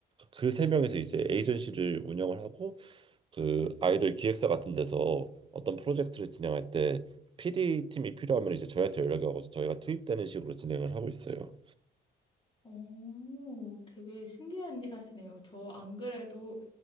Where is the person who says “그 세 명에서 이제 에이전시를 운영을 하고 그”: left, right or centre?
Right